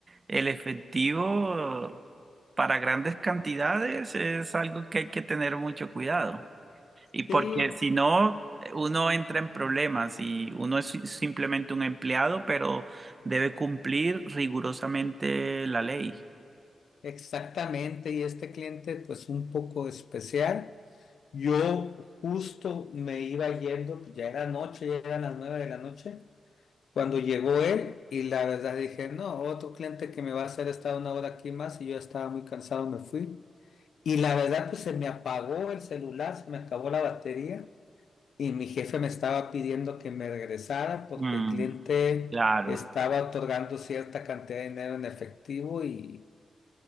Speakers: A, on the right; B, on the left.
A: el efectivo para grandes cantidades es algo que hay que tener mucho cuidado. Y porque
B: Sí,
A: si no, uno entra en problemas y uno es si- simplemente un empleado, pero debe cumplir rigurosamente la ley.
B: exactamente. Y este cliente pues un poco especial. Yo justo me iba yendo, pues ya era noche, ya eran las nueve de la noche, cuando llegó él y la verdad dije, no, otro cliente que me va a hacer estar una hora aquí más y yo estaba muy cansado, me fui. Y la verdad, pues se me apagó el celular, se me acabó la batería y mi jefe me estaba pidiendo que me regresara porque
A: Mm,
B: el cliente
A: claro.
B: estaba otorgando cierta cantidad de dinero en efectivo y